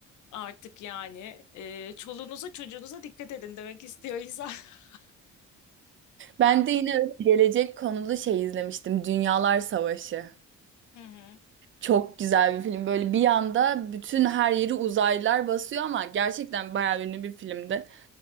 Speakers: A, on the left; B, on the right.
A: Artık yani e, çoluğunuza çocuğunuza dikkat edin demek istiyor insan. <laughs>
B: Ben de yine öyle gelecek konulu şey izlemiştim. Dünyalar Savaşı.
A: Hı hı.
B: Çok güzel bir film. Böyle bir anda bütün her yeri uzaylılar basıyor ama gerçekten bayağı ünlü bir filmdi.